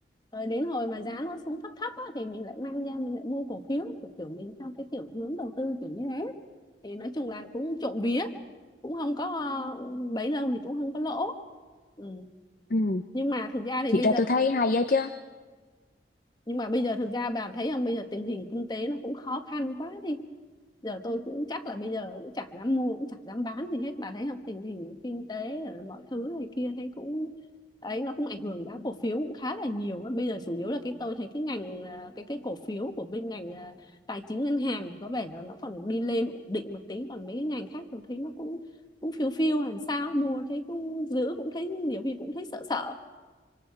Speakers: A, on the left; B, on the left.
A: rồi đến hồi mà giá nó xuống thấp thấp á, thì mình lại mang ra mình lại mua cổ phiếu kiểu kiểu mình theo cái kiểu hướng đầu tư kiểu như thế thì nói chung là cũng trộm vía cũng không có ừ, bấy lâu thì cũng không có lỗ ừ
B: ừ
A: nhưng mà thực ra thì bây
B: thiệt ra
A: giờ
B: tôi thấy hay á chứ
A: nhưng mà bây giờ thực ra bà thấy không bây giờ tình hình kinh tế nó cũng khó khăn quá đi giờ tôi cũng chắc là bây giờ cũng chẳng dám mua cũng chẳng dám bán gì hết bà thấy không tình hình kinh tế rồi mọi thứ này kia thấy cũng ấy nó cũng ảnh hưởng giá cổ phiếu cũng khá là nhiều bây giờ chủ yếu là cái tôi thấy cái ngành à, cái cái cổ phiếu của bên ngành à, tài chính ngân hàng thì có vẻ là nó còn đi lên ổn định một tí còn mấy cái ngành khác tôi thấy nó cũng cũng phiêu phiêu làm sao mua thấy cũng giữ cũng thấy nhiều khi cũng thấy sợ sợ